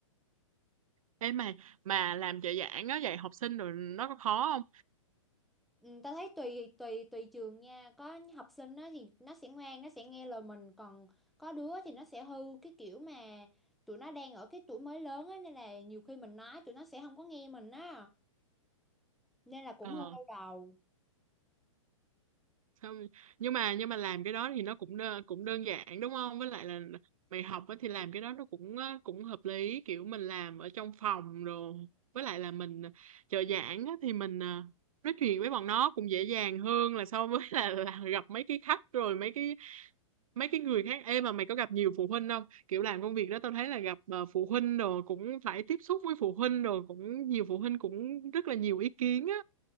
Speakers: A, on the right; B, in the centre.
A: Ê mày mà làm trợ giảng á dạy học sinh rồi nó có khó không?
B: Ừ, ta thấy tùy tùy tùy trường nha có học sinh á thì nó sẽ ngoan nó sẽ nghe lời mình còn có đứa thì nó sẽ hư cái kiểu mà tụi nó đang ở cái tuổi mới lớn á nên là nhiều khi mình nói tụi nó sẽ không có nghe mình á nên là cũng
A: Ờ.
B: hơi đau đầu
A: Xong nhưng mà nhưng mà làm cái đó thì nó cũng đơn, cũng đơn giản đúng không? Với lại là mày học á thì làm cái đó nó cũng á, cũng hợp lý kiểu mình làm ở trong phòng rồi. Với lại là mình à, trợ giảng á thì mình à, nói chuyện với bọn nó cũng dễ dàng hơn là so với <laughs> là, là gặp mấy cái khách rồi mấy cái mấy cái người khác em mà mày có gặp nhiều phụ huynh không kiểu làm công việc đó tao thấy là gặp ờ, phụ huynh rồi cũng phải tiếp xúc với phụ huynh rồi cũng nhiều phụ huynh cũng rất là nhiều ý kiến á